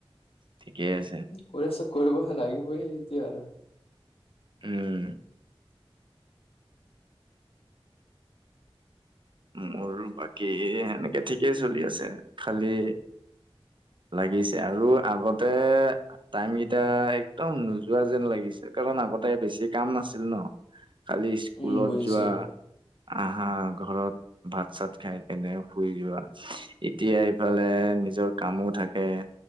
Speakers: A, on the right; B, on the left.
A: ঠিকেই আছে
B: কৰি আছোঁ, কৰিবহে লাগি <unintelligible>
A: উম। মোৰ বাকী সেনেকে ঠিকেই চলি আছে, খালি লাগিছে আৰু আগতে টাইম কেইটা একদম নোযোৱা যেন লাগিছে কাৰণ আগতে বেছি কাম নাছিল ন'। কালি ইস্কুলত
B: উম বুজিছো
A: যোৱা, আহা, ঘৰত ভাত, চাত খাই কেনে শুই যোৱা, এতিয়া এইফালে নিজৰ কামো থাকে,